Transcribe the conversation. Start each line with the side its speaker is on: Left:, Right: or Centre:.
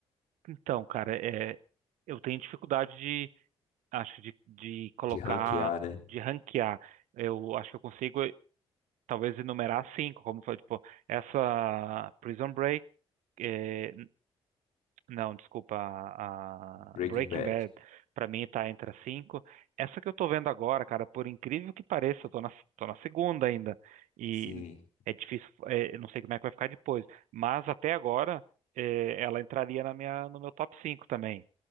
Right: Então, cara, é, eu tenho dificuldade de, acho, de, de colocar,
Left: De ranquear, né?
Right: de ranquear. Eu acho que eu consigo, talvez, enumerar cinco, como foi, tipo, essa Prison Break, é, Não, desculpa, a,
Left: Breaking
Right: a Breaking
Left: Bad.
Right: Bad pra mim tá entre as cinco. Essa que eu tô vendo agora, cara, por incrível que pareça, eu tô na, tô na segunda ainda. E
Left: Sim.
Right: é difícil, é, eu não sei como é que vai ficar depois. Mas até agora, é, ela entraria na minha, no meu top cinco também.